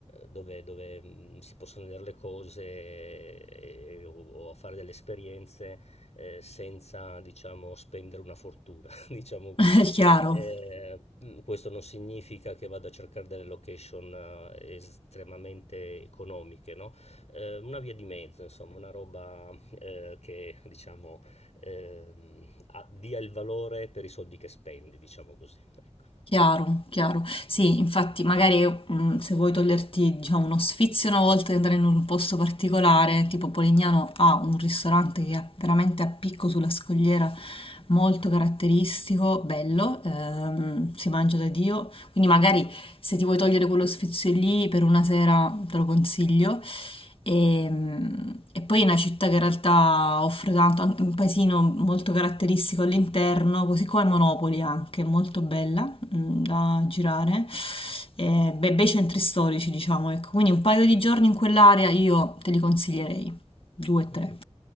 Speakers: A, on the left; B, on the left.
A: dove, dove, mm, si possono vedere le cose eh, o o fare delle esperienze eh, senza, diciamo, spendere una fortuna, <laughs> diciamo così.
B: <laughs> è chiaro.
A: Eh, mh, questo non significa che vado a cercare delle location eh, estremamente economiche, no? Eh, una via di mezzo, insomma, una roba eh, che, diciamo, ehm, ha- dia il valore per i soldi che spendi, diciamo così. Ecco.
B: Chiaro, chiaro. Sì, infatti, magari mm, se vuoi toglierti, diciamo, uno sfizio una volta di andare in un posto particolare, tipo Polignano ha un ristorante che è veramente a picco sulla scogliera, molto caratteristico, bello, ehm, si mangia da Dio. Quindi magari se ti vuoi togliere quello sfizio lì per una sera te lo consiglio. E, mm, e poi è una città che in realtà offre tanto, anche un paesino molto caratteristico all'interno, così come Monopoli anche, molto bella mm, da girare, eh, beh, bei centri storici, diciamo, ecco. Quindi un paio di giorni in quell'area io te li consiglierei, due o tre.
A: Mm,